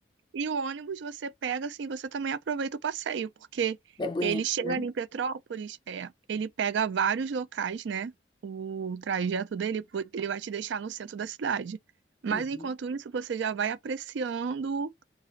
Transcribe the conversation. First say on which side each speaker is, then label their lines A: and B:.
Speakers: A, on the right; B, on the left.
A: E o ônibus você pega, assim, você também aproveita o passeio, porque
B: É bonito,
A: ele chega
B: né?
A: ali em Petrópolis, é, ele pega vários locais, né? O trajeto dele, pô, ele vai te deixar no centro da cidade. Mas
B: Uhum.
A: enquanto isso, você já vai apreciando